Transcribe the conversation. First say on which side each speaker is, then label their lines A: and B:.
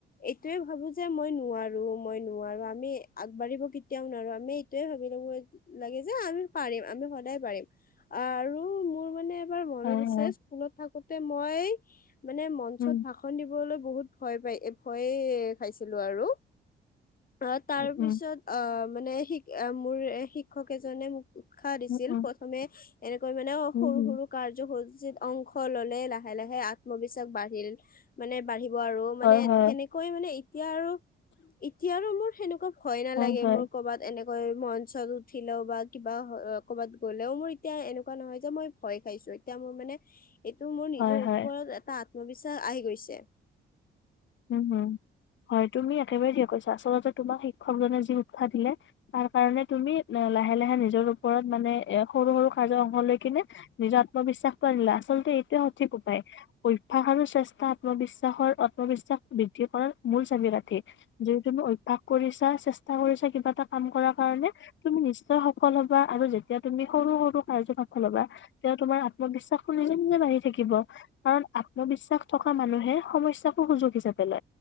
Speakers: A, on the left (about 45°); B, on the left (about 70°).
A: এইটোয়ে ভাবো যে মই নোৱাৰো মই নোৱাৰো আমি আগবাঢ়িব কেতিয়াও নোৱাৰো। আমি এইটোয়ে ভাবি ল'ব লাগে যে আমি পাৰিম আমি সদায় পাৰিম আৰু মোৰ মানে তোমাৰ মনত
B: হয়
A: আছে
B: হয়
A: স্কুলত থাকোতে মই মানে মঞ্চত
B: উম
A: ভাষণ দিবলৈ বহুত ভয় পাই ভয়ে খাইছিলো আৰু। অ তাৰপিছত
B: উম
A: অ মানে শি অ মোৰ শিক্ষক এজনে মোক- উৎসাহ দিছিল।
B: উম উম
A: প্ৰথমে এনেকৈ মানে অ
B: উম
A: সৰু
B: উম
A: সৰু কাৰ্য হ অংশ ললে লাহে লাহে আত্মবিশ্বাস বাঢ়িল, মানে বাঢ়ি আৰু
B: হয়
A: মানে
B: হয়
A: সেনেকৈ মানে এতিয়া আৰু এতিয়া আৰু মোৰ সেনেকুৱা ভয় নালাগে
B: হয় হয়
A: মোৰ কৰ'বাত এনেক কৈ মঞ্চত উঠিলেও বা কিবা ক'বাত গলেও মোৰ এতিয়া এনেকুৱা নহয় যে মই ভয় খাইছো, এতিয়া মোৰ মানে এইটো মোৰ নিজৰ
B: হয় হয়
A: ওপৰত এটা আ আত্মবিশ্বাস আহি গৈছে।
B: উম হুম হয় তুমি একেবাৰে ঠিক কৈছা। আচলতে তোমাক শিক্ষকজনে যি উৎসাহ দিলে তাৰ কাৰণে তুমি লাহে লাহে নিজৰ ওপৰত মানে এ সৰু সৰু কাজৰ অংশ লৈ কিনে নিজৰ আত্মবিশ্বাসটো আনিলা। আচলতে এইটোৱে সঠিক উপায় অভ্যাস আৰু শ্ৰেষ্ঠা আত্মবিশ্বাসৰ আত্মবিশ্বাস বৃদ্ধি কৰাৰ মূল চাবি কাঠি। যদি তুমি অভ্যাস কৰিছা, চেষ্টা কৰিছা, কিবা এটা কাম কৰাৰ কাৰণে তুমি নিশ্চয় সফল হবা আৰু যেতিয়া তুমি সৰু সৰু কাৰ্যত সফল হবা। তেতিয়া তোমাৰ আত্মবিশ্বাসো নিজে নিজে বাঢ়ি থাকিব কাৰণ আত্মবিশ্বাস থকা মানুহে সমস্যাকো সুযোগ হিচাব পেলে